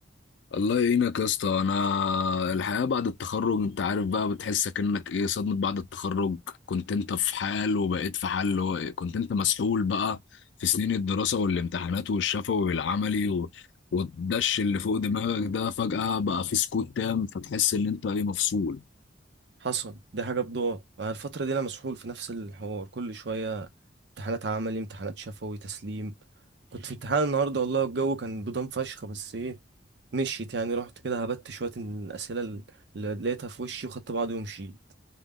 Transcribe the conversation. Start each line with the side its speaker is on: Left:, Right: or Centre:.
Left: الله يعينك يا اسطى انا الحياه بعد التخرج انت عارف بقى بتحس كأنك ايه صدمه بعد التخرج كنت انت في حال وبقيت في حال اللي هو إيه، كنت انت مسحول بقى في سنين الدراسه والامتحانات والشفوي والعملي و... والدش اللي فوق دماغك ده فجأة بقى في سكوت تام فتحس ان انت ايه مفصول
Right: حصل دي حاجة بضاعة مع الفترة دي انا مسحول في نفس الحوار كل شوية امتحانات عملي امتحانات شفوي تسليم كنت في امتحان النهاردة والله الجو كان بضم فشخ بس ايه مشيت يعني رحت كده هبت شوية من الأسئلة اللي لقيتها في وشي وخدت بعضي ومشيت